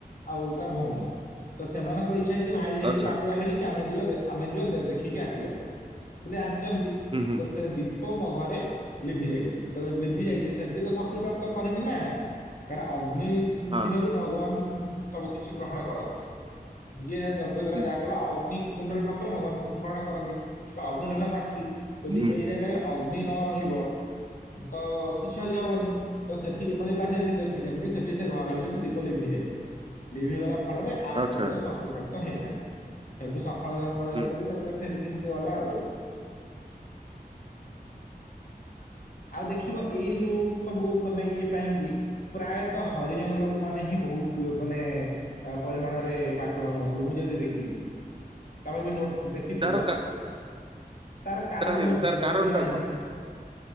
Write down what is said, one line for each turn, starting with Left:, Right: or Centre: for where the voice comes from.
Left: ଆଉ ତା ଭଉଣୀ ତ ସେମାନଙ୍କର ଇଚ୍ଛା ହେଇଛି ଭାଇ ଯେହେତୁ
Right: ଆଚ୍ଛା
Left: ପାଟୁଆ ହେଇଛି ଆମେ ଯିବା ଆମେ ଯିବା ଦେଖିକି ଆସିବା ବୋଲି ଆସିଛନ୍ତି।
Right: ହୁଁ ହଁ।
Left: ତ ସେ ଦୀପ ମୋ ଘରେ ଲିଭି ଯାଇଛି ତ ଲିଭି ଯାଇଛି ସେଠି ତ ଶକ୍ତି ପ୍ରାପ୍ତ କରିନି ନା କାହିଁକିନା ଅଗ୍ନି
Right: ହଁ
Left: ଦେହରୁ ଭଗବାନ ସବୁ କିଛି ଗ୍ରହଣ କରନ୍ତି ଯିଏ ଥିଲା
Right: ହୁଁ
Left: ଯାହା ଅଗ୍ନି କୁଣ୍ଡରେ ପାଖରେ ଭଗବାନ ଗ୍ରହଣ କରନ୍ତି ତ ଅଗ୍ନି ରହ ଯଦି
Right: ହୁଁ
Left: ଏଇ ଜାଗାରେ ଅଗ୍ନି ନ ରହିବ ତ କିଛି ହବନି। ତ ସେଠି ଏମାନେସ ସେ ଦେଖିଛନ୍ତି ସେଠି ସେ ଘର ଭିତରେ ସେ ଦୀପ ଲିଭି ଯାଇଛି ଲିଭିଗଲା ଫଳରେ ଆ
Right: ଆଚ୍ଛା
Left: ପ୍ରତିକ ଶକ୍ତିପ୍ରାପ୍ତ ହେଇନାହାନ୍ତି ସେଇଠୁ ସକାଳ ସକାଳ
Right: ହୁଁ
Left: ଯାକ ବି ତା ପରେ ଫେରିକି ସେମିତି ଗଲା ଆଉ ଆଉ ଦେଖିବ ଏଇ ଯଉ ସବୁ ବନେଇ ଇଏ ପାଇଁକି ପ୍ରାୟତଃ ହରିଜନ ଲୋକମାନେ ହିଁ ବହୁତ ମାନେ ପରିମାଣରେ ପାଟୁଆ ହୁଅନ୍ତି ମୁଁ ଯଦି ଦେଖିଛି ତମେ ବି ନୋଟ୍ ଦେଖିଥିବ
Right: ତାର କା
Left: ତାର କାରଣ
Right: ଜାଣିନି
Left: ମୁଁ ଯଦି
Right: ତାର କାରଣ
Left: ବି ଜାଣିନି
Right: ଟା କଣ